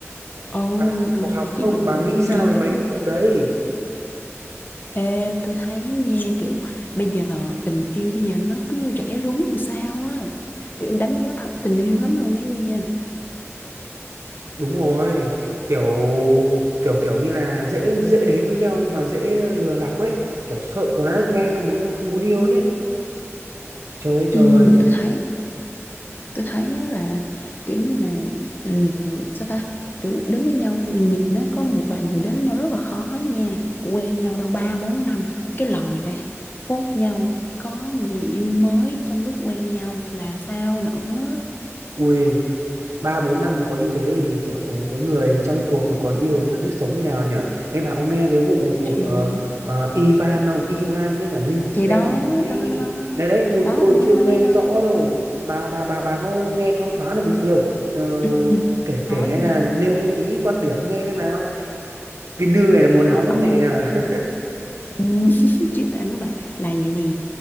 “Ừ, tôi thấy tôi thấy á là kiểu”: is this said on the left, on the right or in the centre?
Left